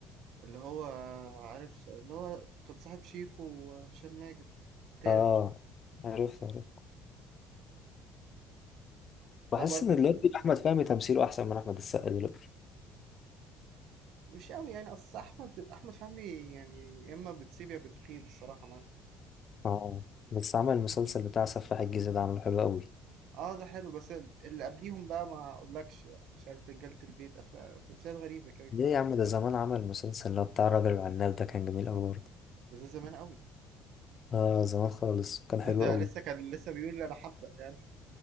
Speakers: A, on the right (about 70°); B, on the left (about 40°).
A: اللي هو آه، عارف اللي هو كان صاحب شيكو وهشام ماجد التالت
B: آه
A: ده
B: عرفت عرفت بحس
A: ده برضه
B: إن دلوقتي أحمد فهمي تمثيله أحسن من أحمد السقا دلوقتي
A: مش قوي يعني اصل احمد احمد فهمي يعني يا اما بتسيب يا بتخيب الصراحة معاه
B: آه بس عمل المسلسل بتاع سفاح الجيزة ده عامله حلو قوي
A: اه ده حلو بس اللي قبليهم بقى ما اقولكش بقى. مش عارف رجالة البيت افلام تمثيلات غريبة كده كان
B: ليه
A: عامل
B: يا عم ده زمان عمل المسلسل اللي هو بتاع الراجل العناب ده كان جميل قوي برضه
A: بس ده زمان قوي
B: آه زمان خالص
A: <laughs>
B: وكان
A: ده,
B: حلو
A: ده
B: قوي
A: لسه كان لسه بيقول انا هبدأ يعني